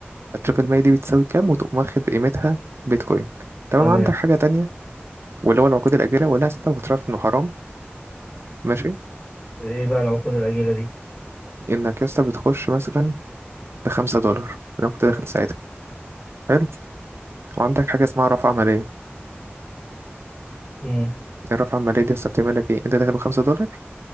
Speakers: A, on the right (about 70°); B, on the left (about 25°).
A: هتشوف المية دي بتساوي كام وتقوم واخد قيمتها بيتكوين تمام
B: تمام
A: عندك حاجه تانية واللي هو العقود الاجله ولا انت كنت عارف انه حرام ماشي
B: ايه بقى العقود الاجله دي
A: انك يا اسطى بتخش مثلا بخمسة دولار لو كنت
B: تمام.
A: داخل ساعتها حلو وعندك حاجه اسمها رفع عمليه
B: امم
A: الرفع العمليه دي يا اسطى بتعمل لك ايه انت داخل بخمسة دولار